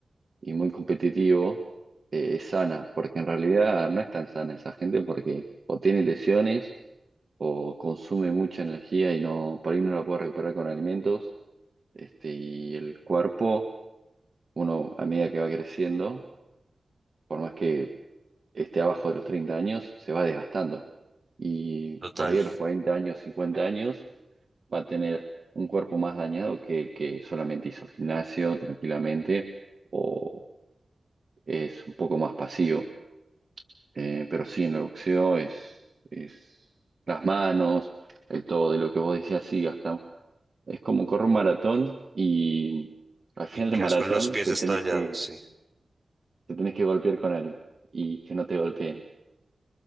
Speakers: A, on the right; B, on the right.
A: y muy competitivo eh, es sana, porque en realidad no es tan sana esa gente porque o tiene lesiones o consume mucha energía y no, por ahí no la puede recuperar con alimentos, este, y el cuerpo, uno a medida que va creciendo, por más que esté abajo de los 30 años, se va desgastando. Y
B: Total,
A: por ahí a los 40 años, 50 años, va a tener un cuerpo más dañado que el que solamente hizo gimnasio tranquilamente o es un poco más pasivo. Eh, pero sí, en el boxeo es, es las manos, el todo de lo que vos decías, sí, gastamos. Es como correr un maratón y al final
B: y quedas
A: del maratón
B: con los pies
A: te
B: estallados,
A: tenés que,
B: sí.
A: te tenés que golpear con alguien y que no te golpeen.